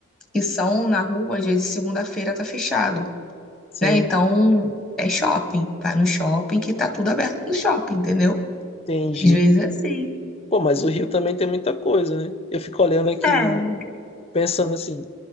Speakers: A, in the centre; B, on the left.
A: que são na rua, às vezes segunda-feira tá fechado.
B: Sim,
A: né? Então é shopping, vai no shopping que tá tudo aberto no shopping, entendeu?
B: entendi.
A: Às vezes é assim.
B: Pô, mas o Rio também tem muita coisa, né? Eu fico olhando aqui,
A: É.
B: pensando assim,